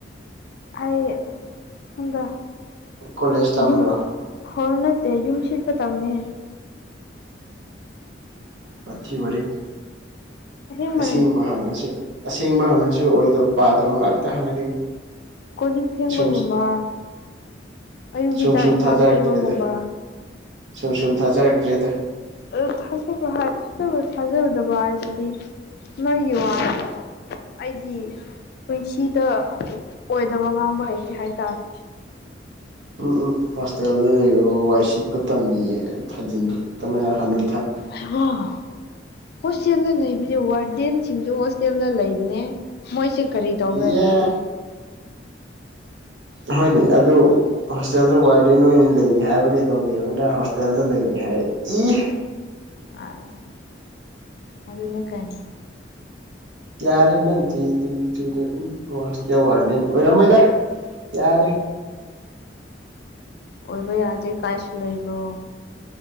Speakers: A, on the left; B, on the right.
A: ꯑꯩ ꯁꯣꯝꯗ
B: ꯀꯣꯂꯦꯖ ꯇꯝꯕ꯭ꯔꯣ
A: ꯌꯨꯝ ꯍꯣꯏ ꯅꯠꯇꯦ ꯌꯨꯝꯁꯤ ꯈꯇꯡꯅꯦ
B: ꯋꯥ ꯊꯨ ꯋꯔꯦꯝ
A: ꯑꯁꯦꯡꯕꯅꯦ
B: ꯑꯁꯤꯁꯦꯡꯕ ꯍꯪ ꯑꯁꯤ ꯑꯁꯦꯡꯕ ꯍꯪꯉꯁꯨ ꯑꯣꯏꯗꯕ ꯄꯥꯗꯕ ꯉꯥꯛꯇ ꯍꯪꯉꯔꯤ
A: ꯀꯣꯂꯤꯛ ꯐꯦꯡꯕꯒꯨꯝꯕ
B: ꯁꯨꯝ
A: ꯑꯌꯨꯛꯀꯤ
B: ꯁꯨꯝ
A: ꯆꯥꯛ
B: ꯁꯨꯝ
A: ꯏꯟꯁꯥꯡ
B: ꯊꯥꯖꯔꯛꯇ꯭ꯔꯦꯗ
A: ꯄꯤꯕꯒꯨꯝꯕ
B: ꯁꯨꯝ ꯁꯨꯝ ꯊꯥꯖꯔꯛꯇ꯭ꯔꯦꯗ
A: ꯑ ꯊꯥꯖꯕ ꯍꯥꯏ ꯊꯥꯖꯕ ꯊꯥꯖꯗꯕ ꯍꯥꯏꯁꯤꯗꯤ ꯅꯣꯏꯒꯤ ꯋꯥꯗꯑꯣ ꯑꯩꯗꯤ ꯄꯨꯟꯁꯤꯗ ꯑꯣꯏꯗꯕ ꯉꯥꯡꯕ ꯍꯩꯇꯦ ꯍꯥꯏꯇꯥꯔꯦ
B: ꯎꯝ ꯎꯝ ꯍꯣꯁꯇꯦꯜꯗ ꯂꯩꯕꯕꯨ ꯋꯥꯏ ꯁꯤꯠꯄ ꯇꯝꯃꯤꯌꯦ ꯊꯥꯖꯤꯟꯂꯛꯇꯅ ꯍꯟꯅꯨ
A: ꯍꯩꯃꯥ ꯍꯣꯁꯇꯦꯜꯗ ꯂꯩꯕꯁꯦ ꯋꯥꯔꯗꯦꯟꯁꯤꯡꯁꯨ ꯍꯣꯁꯇꯦꯜꯗ ꯂꯩꯕꯅꯦ ꯃꯣꯏꯁꯦ ꯀꯔꯤ ꯇꯧꯕ꯭ꯔꯥ
B: ꯌꯥ
A: ꯑꯗꯨꯗꯤ
B: ꯍꯣꯏꯅꯦ ꯑꯗꯨ ꯍꯣꯁꯇꯦꯜꯗ ꯋꯥꯔꯗꯦꯟ ꯑꯣꯏꯅ ꯂꯩꯔꯤ ꯍꯥꯏꯕ ꯀꯩꯗꯧꯒꯦꯕ ꯅꯣꯏ ꯍꯣꯁꯇꯦꯜꯗ ꯂꯩꯔꯤ ꯍꯥꯏ ꯏ
A: <unintelligible> ꯑꯗꯨ ꯑꯗꯨꯅꯦ ꯀꯥꯏꯅ
B: ꯌꯥꯔꯦ ꯅꯪ ꯇꯤꯡꯉꯤ ꯇꯤꯡꯉꯤ ꯆꯨꯔꯦ ꯎꯝ ꯅꯣꯏ ꯍꯣꯁꯇꯦꯜ ꯋꯥꯔꯗꯦꯟ ꯑꯣꯏꯔꯝꯃꯣꯏꯗ ꯌꯥꯔꯦ
A: ꯑꯣꯏꯕ ꯌꯥꯗꯦ ꯀꯥꯏꯁꯨ ꯂꯩꯕ꯭ꯔꯣ